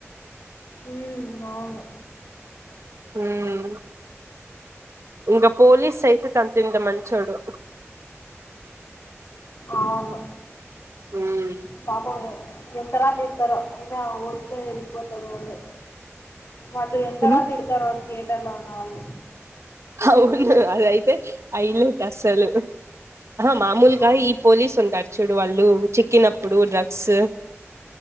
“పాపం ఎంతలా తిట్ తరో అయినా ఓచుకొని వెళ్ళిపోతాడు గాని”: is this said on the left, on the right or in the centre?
Left